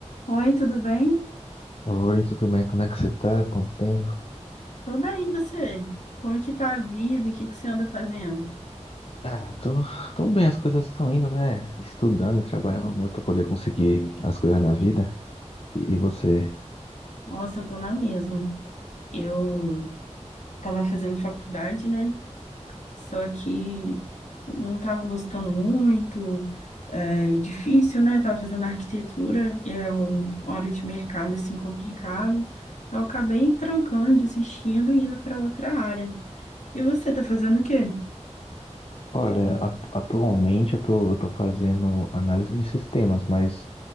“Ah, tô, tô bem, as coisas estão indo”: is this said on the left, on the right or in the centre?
Left